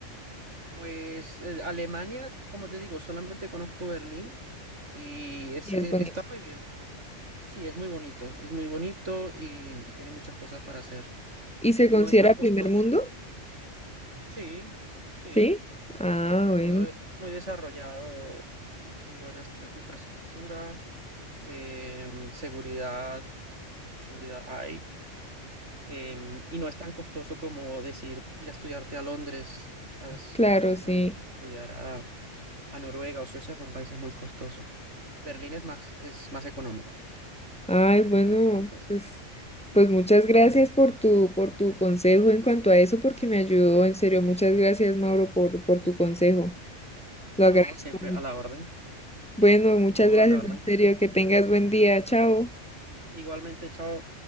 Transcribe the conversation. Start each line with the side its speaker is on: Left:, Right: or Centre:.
Right: Pues eh, Alemania, como te digo, solamente conozco Berlín y es,
Centre: Y
Right: e-
Centre: es bonito.
Right: está muy bien. Sí, es muy bonito, es muy bonito y, y tiene muchas cosas para hacer.
Centre: ¿Y se
Right: Y
Centre: considera
Right: no es tan costoso.
Centre: primer mundo?
Right: Sí, sí,
Centre: Sí. Ah,
Right: es-
Centre: bueno,
Right: todo es muy desarrollado, buena estra- infraestructura, em, seguridad, seguridad hay. em, y no es tan costoso como decir ir a estudiarte a Londres, ¿sabes?
Centre: claro,
Right: O,
Centre: sí.
Right: o irte a estudiar a, a Noruega o Suecia, son países muy costosos. Berlín es más, es más económico
Centre: Ay,
Right: eh,
Centre: bueno,
Right: en cuanto a eso.
Centre: pues, pues muchas gracias por tu, por tu consejo en cuanto a eso, porque me ayudó, en serio, muchas gracias, Mauro, por, por tu consejo. Lo agradezco
Right: No, siempre
Centre: mucho.
Right: a la orden.
Centre: Bueno, muchas
Right: No,
Centre: gracias,
Right: a la orden.
Centre: en serio, que tengas buen día, chao.
Right: Igualmente, chao.